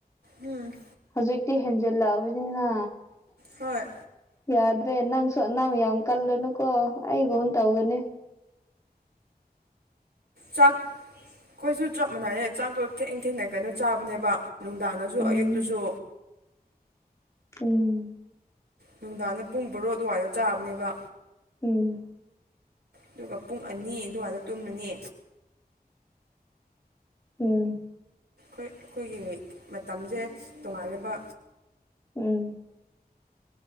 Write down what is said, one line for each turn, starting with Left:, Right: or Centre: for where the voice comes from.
Right: ꯎꯝ
Left: ꯍꯧꯖꯤꯛꯇꯤ ꯍꯦꯟꯖꯜꯂꯛꯑꯕꯅꯤꯅ
Right: ꯍꯣꯏ
Left: ꯌꯥꯗ꯭ꯔꯦ ꯅꯪ ꯁꯨ ꯑꯅꯥꯝ ꯌꯥꯝ ꯀꯜꯂꯨꯅꯨꯀꯣ ꯑꯩꯒꯝ ꯇꯧꯒꯅꯤ
Right: ꯆꯥꯛ ꯑꯈꯣꯏꯁꯨ ꯆꯞ ꯃꯥꯟꯅꯩꯌꯦ ꯆꯥꯛꯇꯣ ꯊꯦꯡ ꯊꯦꯡꯅ ꯀꯩꯅꯣ ꯆꯥꯕꯅꯦꯕ ꯅꯨꯡꯗꯥꯡꯗꯁꯨ
Left: ꯎꯝ
Right: ꯑꯌꯨꯛꯇꯁꯨ
Left: ꯎꯝ
Right: ꯅꯨꯡꯗꯥꯡꯗ ꯄꯨꯡ ꯕꯔꯣ ꯑꯗꯨꯋꯥꯏꯗ ꯆꯥꯕꯅꯦꯕ
Left: ꯎꯝ
Right: ꯑꯗꯨꯒ ꯄꯨꯡ ꯑꯅꯤ ꯑꯗꯨꯋꯥꯏꯗ ꯇꯨꯝꯃꯅꯤ
Left: ꯎꯝ
Right: ꯑꯩꯈꯣꯏ ꯑꯩꯈꯣꯏꯒꯤ ꯃꯇꯝꯖꯦ ꯇꯣꯉꯥꯜꯂꯦꯕ
Left: ꯎꯝ